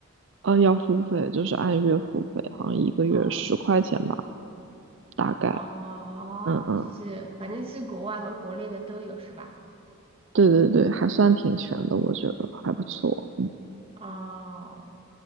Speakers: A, on the right; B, on the right.
A: 呃，要付费，就是按月付费，好像一个月十块钱吧，
B: 哦
A: 大概。
B: 哦，
A: 嗯嗯，
B: 就是反正是国外和国内的都有是吧？
A: 对对对，还算挺全的，我觉得还不错。
B: 哦，